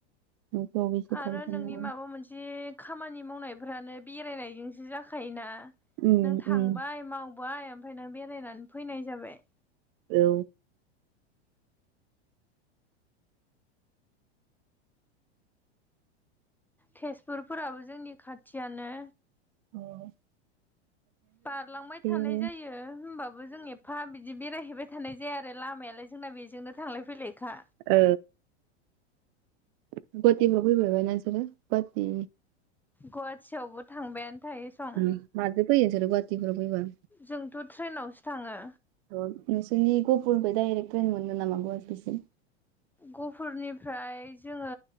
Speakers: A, on the right; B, in the centre.
A: <unintelligible>
B: आरो
A: थानो
B: नोंनि
A: हानो
B: माबा मोनसे खामानि मावनायफ्रानो बेरायनायजोंसो जाखायोना
A: उम
B: नों थांबाय
A: उम
B: माव बाय ओमफ्राय नों बेरायनानै फैनाय जाबाय
A: औ
B: तेजपुरफोराबो जोंनि खाथियानो
A: औ।
B: बारलांबाय थानाय
A: आरो
B: जायो होमबाबो जों एफा बिदि बेरायहैबाय थानाय जाया आरो लामायालाय जोंना बेजोंनो थांलाय फैलायखा
A: ओ गुवाटिफोराव फैफैरबायना नोंसोरो गुवाटि
B: गुवाहाटियावबो थांबायानो थायो सं
A: ओम माजो फैयो नोंसोरो गुवाटिफोराव फैबा
B: जोंथ' ट्रेनावसो थाङो
A: औ नोंसोरनि गहपुरनिफ्राय डाइरेक्ट ट्रेन मोनो नामा गुवाहाटिसिम
B: गफुरनिफ्राय जोङो